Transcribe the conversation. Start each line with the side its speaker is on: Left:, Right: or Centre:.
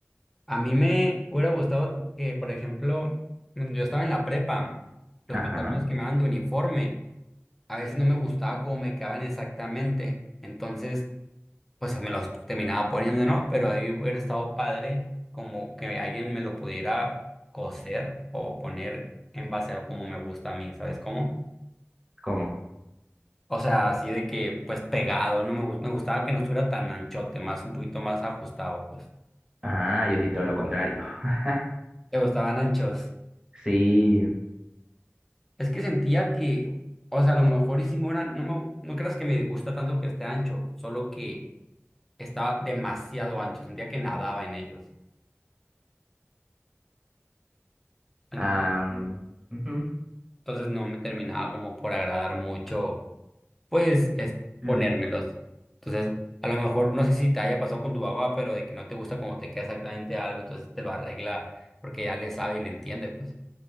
Centre: A mí me hubiera gustado que, por ejemplo, cuando yo estaba en la prepa, los
Right: Ajá.
Centre: pantalones que me daban de uniforme. a veces no me gustaba cómo me quedaban exactamente. Entonces, pues me los terminaba poniendo, ¿no? Pero ahí hubiera estado padre como que alguien me lo pudiera coser o poner en base a como me gusta a mí, ¿sabes cómo?
Right: ¿Cómo?
Centre: O sea, así de que, pues pegado, no me, gus- me gustaba que no estuviera tan anchote, más un poquito más ajustado, pues.
Right: Ah, yo sí todo lo contrario. <laughs>
Centre: ¿Te gustaban anchos?
Right: Sí.
Centre: Es que sentía que, o sea, a lo mejor hicimos una, no me, no creas que me gusta tanto que esté ancho, solo que estaba demasiado ancho, sentía que nadaba en ellos. Ento-
Right: Mira, am, ujú,
Centre: Entonces no me terminaba como por agradar mucho, pues, es
Right: Y
Centre: ponérmelos.
Right: eh,
Centre: Entonces, a lo mejor, no sé si te haya pasado con tu papá, pero de que no te gusta como te queda exactamente algo, entonces te lo arregla porque ya le sabe y le entiende, pues.